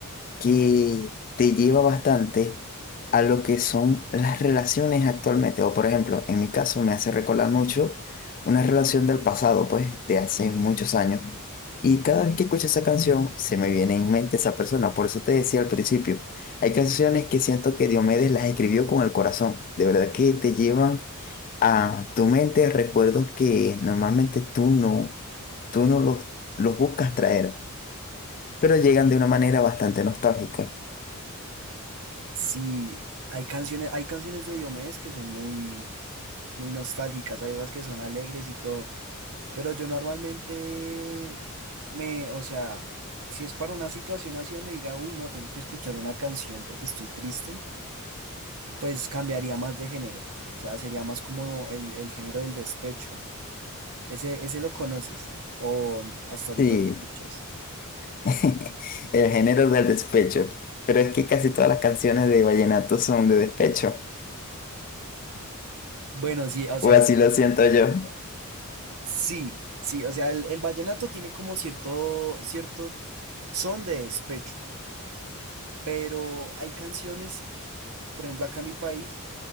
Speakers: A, on the left; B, on the right.
A: que te lleva bastante a lo que son las relaciones actualmente. O por ejemplo, en mi caso me hace recordar mucho una relación del pasado, pues, de hace muchos años. Y cada vez que escucho esa canción, se me viene en mente esa persona. Por eso te decía al principio, hay canciones que siento que Diomedes las escribió con el corazón. De verdad que te llevan a tu mente recuerdos que normalmente tú no, tú no los, los buscas traer, pero llegan de una manera bastante nostálgica.
B: Sí, hay canciones, hay canciones de Diomedes que son muy, muy nostálgicas, hay otras que son alegres y todo, pero yo normalmente me, o sea, si es para una situación así donde diga, uy, no, tengo que escuchar una canción porque estoy triste, pues cambiaría más de género, o sea, sería más como el, el género del despecho, ese, ese lo conoces o hasta ahorita
A: Sí,
B: lo escuchas.
A: <laughs> el género del despecho. Pero es que casi todas las canciones de vallenato son de despecho,
B: Bueno, sí, o sea,
A: o así lo siento yo.
B: Sí, sí, o sea, el, el vallenato tiene como cierto, cierto son de despecho, pero hay canciones, por ejemplo, acá en mi país,